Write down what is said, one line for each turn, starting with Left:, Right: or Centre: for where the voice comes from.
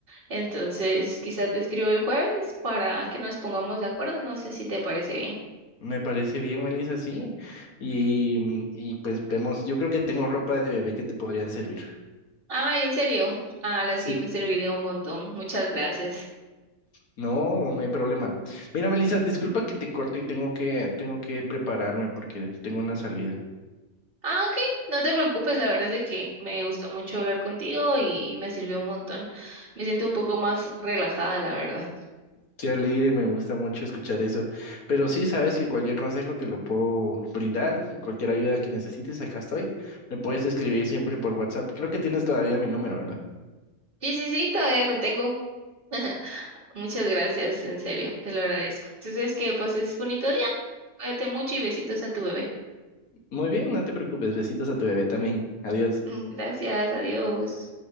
Right: entonces quizá te escribo el jueves para que nos pongamos de acuerdo. No sé si te parece bien.
Left: Me parece bien, Melissa, sí. Y, mm, y pues
Right: Ok.
Left: vemos, yo creo que tengo ropa de bebé que te podría servir.
Right: Ay, en serio. Ah, la
Left: Sí.
Right: sí me serviría un montón. Muchas gracias.
Left: No, no hay problema. Mira, Melissa, disculpa que te corte y tengo que, tengo que prepararme porque tengo una salida.
Right: Ah, ok. No te preocupes, la verdad es de que me gustó mucho hablar contigo y, y me sirvió un montón. Me siento un poco más relajada, la verdad.
Left: Qué alegre, me gusta mucho escuchar eso. Pero sí, sabes que cualquier consejo te lo puedo brindar, cualquier ayuda que necesites, acá estoy. Me puedes escribir siempre por WhatsApp. Creo que tienes todavía mi número, ¿verdad?
Right: Sí, sí, sí, todavía lo tengo. <laughs> Muchas gracias, en serio, te lo agradezco. Entonces, que pases bonito día. Cuídate mucho y besitos a tu bebé.
Left: Muy bien, no te preocupes. Besitos a tu bebé también. Adiós.
Right: <laughs> Gracias, adiós.